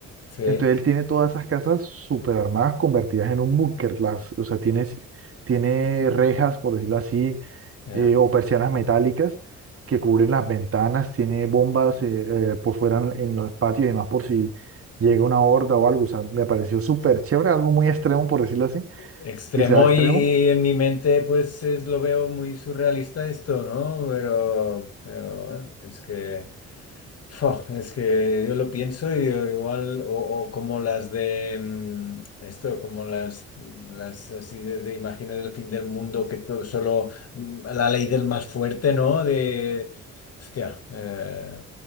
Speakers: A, on the left; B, on the right.
A: sí,
B: Entonces él tiene todas esas casas super armadas convertidas en un búnker. Las, o sea, tiene, tiene rejas, por decirlo así,
A: ya.
B: eh, o persianas metálicas que cubren las ventanas. Tiene bombas eh, eh, por fuera en, en los patios y demás por si llega una horda o algo. O sea, me pareció
A: Hostia.
B: súper chévere, algo muy extremo, por decirlo así,
A: Extremo
B: que sea extremo
A: y, y en mi mente pues es, lo veo muy surrealista esto, ¿no? Pero, pero bueno, es que... Fua, es que yo lo pienso y yo igual, o, o como las de mm, esto, como las, las así de, de imágenes del fin del mundo, que todo solo mm, la ley del más fuerte, ¿no? De, hostia, eh,